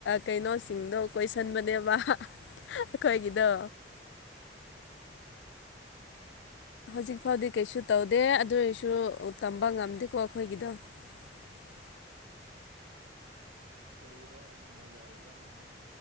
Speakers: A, on the left (about 75°); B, on the right (about 65°).
A: ꯀꯩꯅꯣꯁꯤꯡꯗꯣ ꯀꯣꯏꯁꯤꯟꯕꯅꯦꯕ ꯑꯩꯈꯣꯏꯒꯤꯗꯣ
B: ꯑꯣ ꯑꯣ ꯑꯣ
A: ꯍꯧꯖꯤꯛ ꯐꯥꯎꯗꯤ ꯀꯩꯁꯨ ꯇꯧꯗꯦ ꯑꯗꯨ ꯑꯣꯏꯔꯁꯨ ꯇꯝꯕ ꯉꯝꯗꯦꯀꯣ ꯑꯩꯈꯣꯏꯒꯤꯗꯣ <unintelligible>
B: ꯑꯣ ꯀꯔꯤꯗ ꯃꯌꯥꯏꯗ ꯅꯍꯥꯟ